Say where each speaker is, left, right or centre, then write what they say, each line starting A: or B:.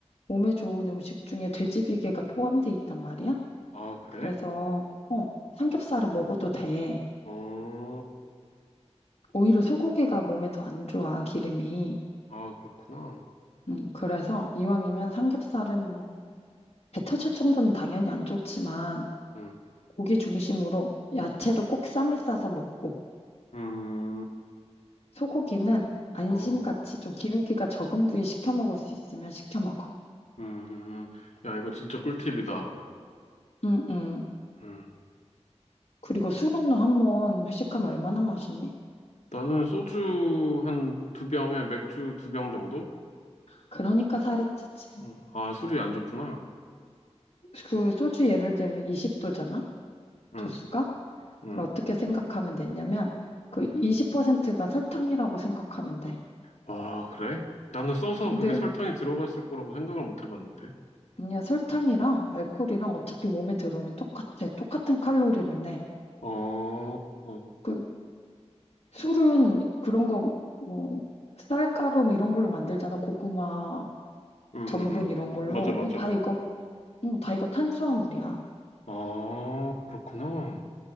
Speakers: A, on the left (about 60°); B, on the left (about 85°).
A: 몸에 좋은 음식 중에 돼지비계가 포함돼 있단 말이야.
B: 아, 그래?
A: 그래서, 어, 삼겹살은
B: 음,
A: 먹어도 돼.
B: 어,
A: 오히려 소고기가 몸에 더 안 좋아, 기름이.
B: 아, 그렇구나.
A: 음, 그래서 이왕이면 삼겹살은 뭐 배 터질 정도는 당연히 안 좋지만
B: 응.
A: 고기 중심으로 야채를 꼭 쌈을 싸서 먹고
B: 음,
A: 소고기는 안심같이
B: 어,
A: 좀 기름기가 적은 부위 시켜 먹을 수 있으면 시켜 먹어.
B: 음, 음. 야, 이거 진짜 꿀팁이다.
A: 응, 응.
B: 음.
A: 그리고 술은 너 한번 회식하면 얼마나 마시니?
B: 나는 소주 한 두 병에 맥주 두 병 정도?
A: 그러니까 살이 찌지.
B: 응. 아, 술이 안 좋구나.
A: 그 소주 예를 들면 20도잖아?
B: 응,
A: 도수가?
B: 응,
A: 그럼 어떻게 생각하면 되냐면 그
B: 응.
A: 20%가 설탕이라고 생각하면 돼.
B: 아, 그래? 나는 써서
A: 근데
B: 그게 설탕이 들어갔을 거라고 생각을 못 해봤는데.
A: 아니야 설탕이랑 알코올이랑 어차피 몸에 들어오면 똑같아. 똑같은 칼로리를 내.
B: 어, 응,
A: 그 술은 그런 거, 뭐, 쌀가루 뭐 이런 걸로 만들잖아. 고구마,
B: 응,
A: 전분
B: 응.
A: 이런 걸로.
B: 맞아, 맞아.
A: 어, 다 이거, 응, 다 이거 탄수화물이야.
B: 아, 그렇구나.
A: 음.